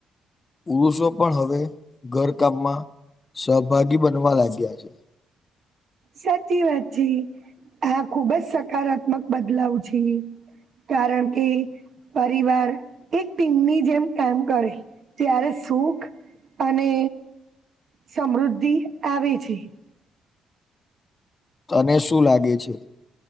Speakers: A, on the left; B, on the right.
A: પુરુષો પણ હવે ઘરકામમાં સહભાગી બનવા લાગ્યા છે.
B: સાચી વાત છે આ ખુબ જ સકારાત્મક બદલાવ છે. કારણ કે પરિવાર એક ટીમની જેમ કામ કરે. ત્યારે સુખ અને સમૃદ્ધિ આવે છે.
A: તને શું લાગે છે